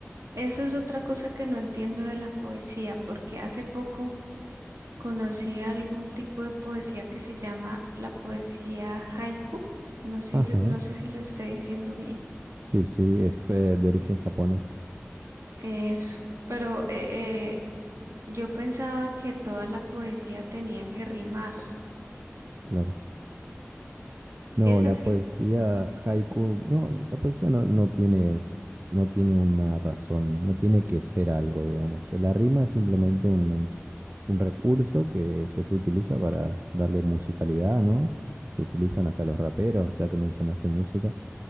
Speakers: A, on the right; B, on the right.
A: eso es otra cosa que no entiendo de la poesía, porque hace poco conocí algún tipo de poesía que se llama la poesía haiku. No sé,
B: Ajá.
A: si lo- no sé si lo estoy diciendo bien.
B: Sí, sí, es eh, de origen japonés,
A: Eso, pero eh, eh, yo pensaba que toda la poesía tenía que rimar,
B: claro. No,
A: Sí es
B: la
A: así?
B: poesía haiku, no, la poesía no, no tiene, no tiene una razón, no tiene que ser algo, digamos. La rima es simplemente un, un recurso que, que se utiliza para darle musicalidad, ¿no? Lo utilizan hasta los raperos, o sea que mencionaste música.